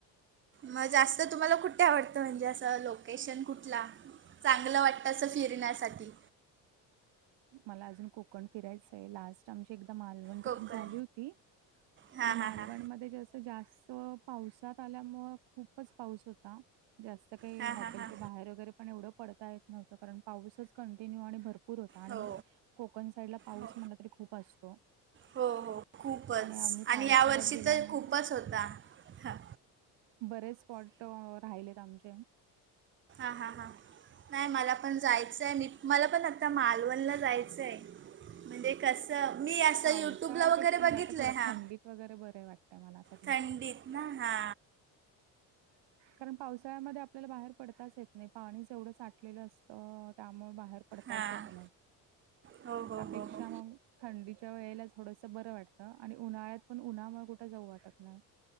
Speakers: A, on the right; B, on the right.
A: मग जास्त तुम्हाला कुठे आवडतं म्हणजे असं लोकेशन कुठला? चांगलं वाटतं असं फिरण्यासाठी.
B: मला अजून कोकण फिरायचं लास्ट टाईम ची एकदा माल वन ट्रिप
A: कोकण
B: झाली होती
A: हां
B: पण मालवण
A: हां हां
B: मध्ये जे अस जास्त पावसात आल्यामुळे खूपच पाऊस होता जास्त काही
A: हां
B: हॉटेलच्या
A: हां हां
B: बाहेर वगैरे पण एवढं पडता येत नव्हतं, कारण पाऊसच कंटिन्यू आणि भरपूर होत आणि
A: हो
B: कोकण साईडला पाऊस
A: हो
B: म्हटलं तरी खूप असतो.
A: हो हो खूपच
B: आम्ही पावसाळ्यात
A: आणि या वर्षीचा
B: गेल्यामुळे
A: खूपच होता ह.
B: बरेच स्पॉट राहिलेत आमचे.
A: हा हा हा. नाही मला पण जायचं आहे मी मला पण आता मालवणला जायचं आहे. म्हणजे कस मी असं
B: पावसाळ्यापेक्षा
A: युट्यूब ला वगैरे बघितलंय
B: मला वाटतं थोडं
A: हा.
B: थंडीत वगैरे बरे वाटतय मला. तरी.
A: थंडीत ना हा.
B: कारण पावसाळ्यामध्ये आपल्याला बाहेर पडताच येत नाही. पाणी जेवढं साठलेलं असतं त्यामुळे बाहेर पडताच
A: हां
B: येत नाही.
A: हो हो
B: त्यापेक्षा
A: हो हो
B: मग थंडीच्या वेळेलाच थोडसं बरं वाटतं आणि उन्हाळ्यात पण उन्हामुळे कुठे जाऊ वाटत नाय.